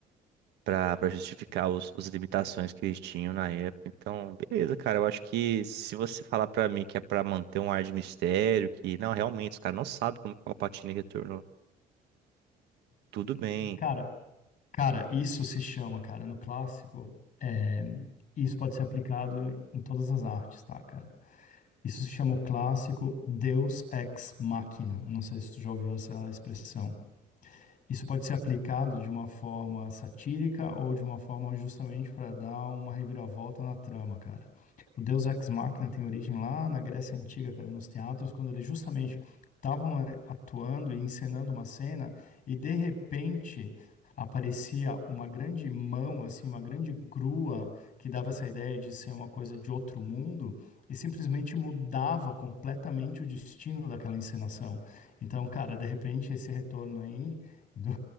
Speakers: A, on the right; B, on the left.
A: pra pra justificar os, as limitações que eles tinham na época. Então, beleza, cara. Eu acho que se você falar pra mim que é pra manter um ar de mistério, que não, realmente, os caras não sabem como que o Palpatine retornou, tudo bem.
B: Cara, cara, isso se chama, cara, no clássico, é, isso pode ser aplicado em todas as artes, tá, cara? Isso se chama o clássico Deus ex machina. Eu Não sei se tu já ouviu essa expressão. Isso pode ser aplicado de uma forma satírica ou de uma forma justamente para dar uma reviravolta na trama, cara. O Deus Ex Machina tem origem lá na Grécia Antiga, cara, nos teatros, quando eles justamente estavam eh, atuando e encenando uma cena e de repente aparecia uma grande mão, assim, uma grande grua que dava essa ideia de ser uma coisa de outro mundo e simplesmente mudava completamente o destino daquela encenação. Então, cara, de repente esse retorno aí <laughs> do,